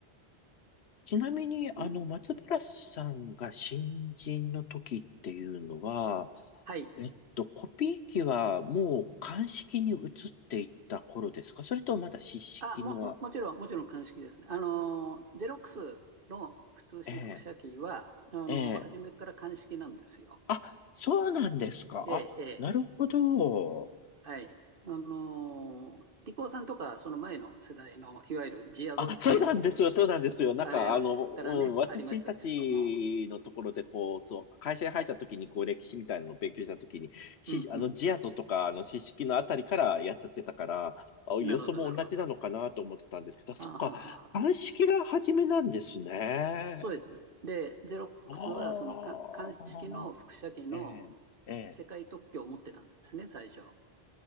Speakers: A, on the left (about 80°); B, on the right (about 55°).
A: ちなみに、あの、
B: うん。
A: 松原さんが新人の時っていうのは、
B: はい。
A: えっと、コピー機はもう鑑識に移っていった頃ですかそれともまだ湿式のは、
B: あ、も、も、もちろん、もちろん鑑識ですね。あのー、ゼロックスの普通紙複写機は、
A: ええ、
B: あのー、
A: ええ。
B: 初めから鑑識なんですよ。
A: あ、そうなんですか。
B: ええ、
A: あ、
B: ええ、
A: なるほど。
B: はい。あのー、リコーさんとか、その前の世代の、いわゆるジアゾっていう、
A: あ、そうなんですよ、そうなんですよ。なんか、
B: あれをからね、
A: あの、うん、私たちのところで、
B: ありましたけれども。
A: こう、そう、会社に入った時に、こう、歴史みたいなのを勉強した時に、し、
B: うんうん。
A: あの、ジアゾとか、あの、四式のあたりからやっちゃってたから、あ、
B: なるほど、
A: よそも同じなのかなと思ってたんですけど、
B: なるほど。あ
A: そっか、
B: ははは。
A: 鑑識が初めなんですね。
B: そうです。で、ゼロックスは、
A: あ
B: そのか鑑識の複写機の
A: あ、ええ、ええ。
B: 世界特許を持ってたんですね、最初。